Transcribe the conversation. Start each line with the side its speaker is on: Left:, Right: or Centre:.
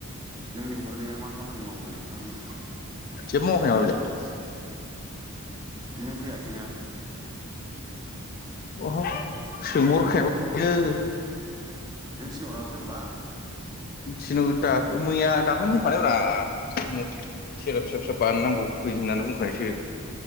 Right: नों लिंहरनाया मा खामानि मावनो लिंहरामोन?
Left: जेबो मावाखै नामा बेलाय?
Right: नों फैयासै ना?
Left: अह सोंहरखायाखैनो।
Right: नों नों थिनहराखै होनबा?
Left: थिनहर दाख मैया दाखालिनो बुंखानाय ब्रा। <unintelligible> फिसा फिसा बानायनांगौ फै होननानै बुंखानायसो।